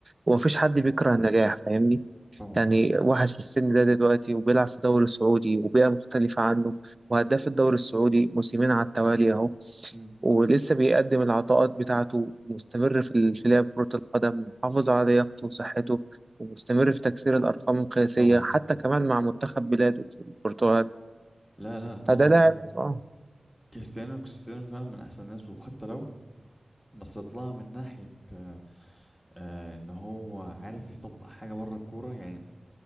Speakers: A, on the right (about 35°); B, in the centre.
A: وما
B: مم.
A: فيش حد بيكره النجاح فاهمني
B: طبعا
A: يعني واحد في السن ده دلوقتي وبيلعب في الدوري السعودي وبيئه مختلفه عنه وهداف الدوري السعودي موسمين على التوالي اهو،
B: مم.
A: ولسه بيقدم العطاءات بتاعته مستمر في ال- في لعب كرة القدم محافظ على لياقته وصحته ومستمر في تكسير الأرقام القياسية
B: طبعا
A: حتى كمان مع منتخب بلاده في البرتغال
B: لا لا طبعا
A: فده لاعب اه
B: كريستيانو كريستيانو فعلا من احسن الناس وحتى لو بس طلع من ناحية آه آه ان هو عارف يطبق حاجة بره الكورة يعني